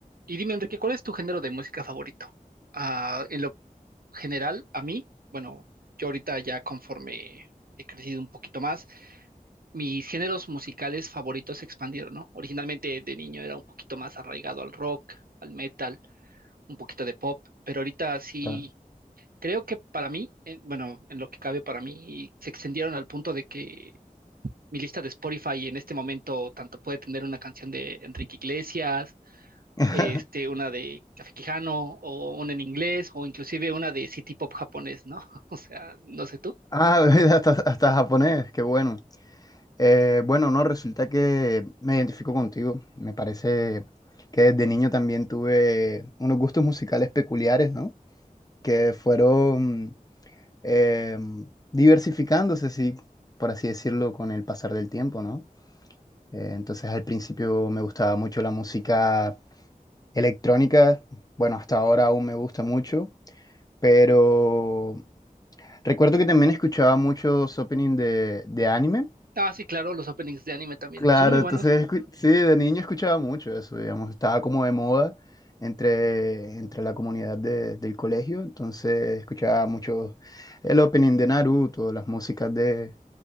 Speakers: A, on the right; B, on the left.
A: Y dime, Enrique, ¿cuál es tu género de música favorito? Ah, en lo general, a mí, bueno, yo ahorita ya conforme he crecido un poquito más, mis géneros musicales favoritos se expandieron, ¿no? Originalmente de niño era un poquito más arraigado al rock, al metal, un poquito de pop, pero ahorita sí,
B: Claro.
A: creo que para mí, eh, bueno, en lo que cabe para mí, se extendieron al punto de que mi lista de Spotify en este momento tanto puede tener una canción de Enrique Iglesias,
B: <laughs>
A: este, una de Café Quijano, o una en inglés, o inclusive una de City Pop japonés, ¿no? <laughs> O sea, no sé tú.
B: Ah, <laughs> mira, hasta, hasta japonés, qué bueno. Eh, bueno, no, resulta que me identifico contigo. Me parece que desde niño también tuve unos gustos musicales peculiares, ¿no? Que fueron eh, diversificándose, sí, por así decirlo, con el pasar del tiempo, ¿no? Eh, entonces al principio me gustaba mucho la música electrónica, bueno, hasta ahora aún me gusta mucho, pero... Recuerdo que también escuchaba muchos opening de, de anime.
A: Ah, sí, claro, los openings de anime también.
B: Claro,
A: Son muy buenos.
B: entonces escu- sí, de niño escuchaba mucho eso, digamos, estaba como de moda entre, entre la comunidad de- del colegio, entonces escuchaba mucho el opening de Naruto, las músicas de,